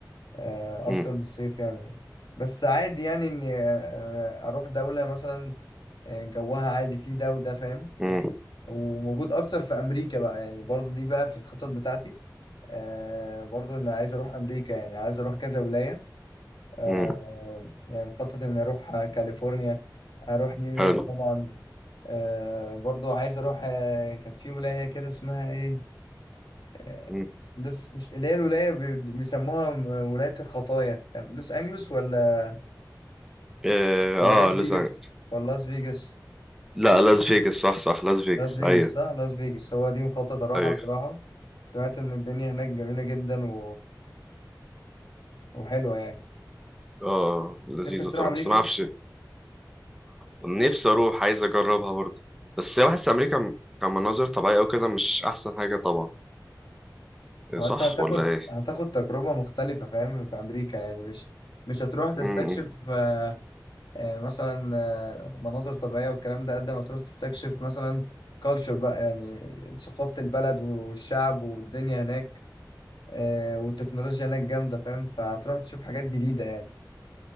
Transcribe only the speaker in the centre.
مم.
مم.
مم.
حلو
مم.
آه,
آه
لسه
لا لاس فيجاس صح صح لاس فيجاس
أيوه
أيوه
آه لذيذة
بصراحة
بس ما أعرفش ونفسي اروح عايز اجربها برضه بس هي بحس امريكا م- كمناظر طبيعيه او كده مش احسن حاجه طبعا إيه
صح
ولا ايه
امم